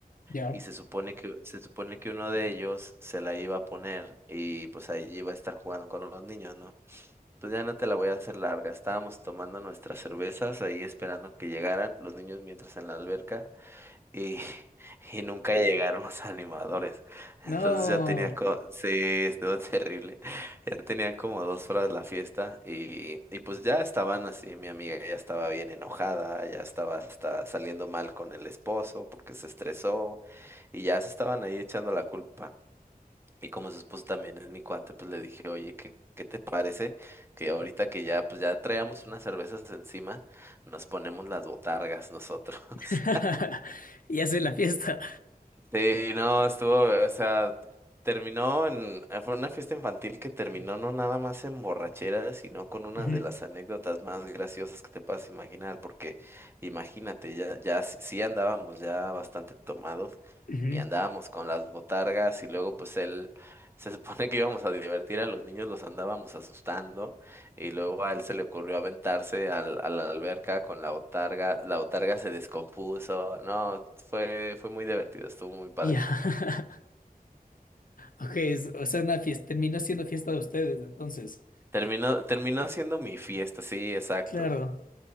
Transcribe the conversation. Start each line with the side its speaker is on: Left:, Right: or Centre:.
Left: Ya.
Right: y se supone que se supone que uno de ellos se la iba a poner y pues ahí iba a estar jugando con los niños, ¿no? Pues ya no te la voy a hacer larga. Estábamos tomando nuestras cervezas ahí esperando que llegaran los niños mientras en la alberca y, <laughs> y nunca llegaron los animadores.
Left: No.
Right: Entonces ya tenía, co- sí, estuvo <laughs> terrible. Ya tenía como dos horas la fiesta y, y pues ya estaban así, mi amiga ya estaba bien enojada, ya estaba hasta saliendo mal con el esposo porque se estresó y ya se estaban ahí echando la culpa. Y como su esposo también es mi cuate, pues le dije, oye, ¿qué, qué te parece que ahorita que ya, pues ya traíamos unas cervezas encima, nos ponemos las botargas nosotros?
Left: <laughs>
Right: <laughs>
Left: Ya sé la fiesta.
Right: Sí, no, estuvo, o sea, terminó en, eh, fue una fiesta infantil que terminó no nada más en borrachera, sino con unas
Left: Ujú,
Right: de las anécdotas más graciosas que te puedas imaginar, porque imagínate, ya, ya sí sí andábamos ya bastante tomados
Left: ujú.
Right: y andábamos con las botargas y luego pues él, se supone que íbamos a divertir a los niños, los andábamos asustando. Y luego a él se le ocurrió aventarse al, a la alberca con la botarga La botarga se descompuso. No, fue, fue muy divertido, estuvo muy padre.
Left: Ya. <laughs> Ok, es- o sea, una fiesta, terminó siendo fiesta de ustedes, entonces.
Right: Terminó, terminó siendo mi fiesta, sí, exacto.
Left: Claro.